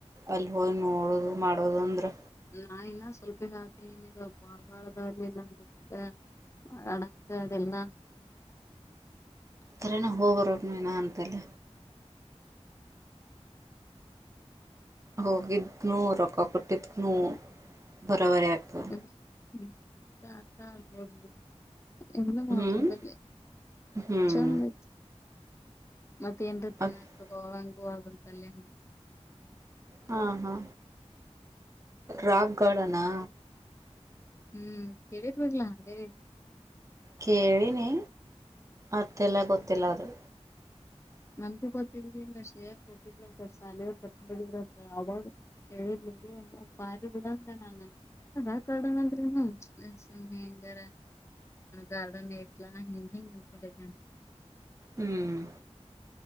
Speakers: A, on the right; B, on the left.
A: ಅಲ್ಲಿ ಹೋಗಿ ನೋಡುದು ಮಾಡೋದು ಅಂದ್ರೆ
B: ನಾ ಇನ್ನ ಸ್ವಲ್ಪಿನ ದಿನ ತಿಂಗಳ್ ಬಾಳ್ ಬಾಳ ಬರಲಿಲ್ಲ ನೋಡಕ ಕಣಕ್ಕ ಅದೆಲ್ಲಾ
A: ಥರನೆ ಹೋಗೋ ರೂಟ್ ಅಂತಲ್ಲ ಹೋಗಿದ್ನು ರೊಕ್ಕ ಕೊಟ್ಟಿಕ್ದ್ನು ಬರೋಬರಿ ಆಗ್ತದ
B: ಹು ಹುಂ ತ ತಾ <unintelligible> ಎಲ್ಲಾ ಮಾಡೋಡ್ಬೋದಲ್ಲೇ
A: ಹ್ಮ್ ಹ್ಮ್
B: ಚಂದ್ ಆಯ್ತು ಮತ್ತೆ ಏನ್ ತಿನ್ನಕ್
A: ಹಾ
B: ತಗೊ ಹಂಗೂ ಹಗೊತ್ತಾಳೆಂದ್
A: ಹಾ ಹಾ ರಾಕ್ ಗಾರ್ಡನ್ ಅ
B: ಹುಂ ಕೇಳಿದ್ ಬರ್ಲಾ ಹಾಗೆ
A: ಕೇಳಿನಿ ಅರ್ಥಲ್ಲೆ ಗೊತ್ತಿಲ್ಲ ಅದು
B: ನಂಗೂ ಗೊತ್ತಿದಿಲ್ಲ ಶೇಯ ಹೋಗಿದ್ದಲ್ಲ ಥರಾ ಸಲೆ ಸಾಲಿದ ಅವಾಗ ಹೇಳಿದ್ ಎ ಪರಿಬಿಡದ ನನ್ನ ಆಧಾರ್ ಕಾರ್ಡ ಅಗ ಆದರೇನು ಹಂಗಾರ ಗಾರ್ಡನ್ ಯತ್ನ ನಿನ್ನ <unintelligible>
A: ಹ್ಮ್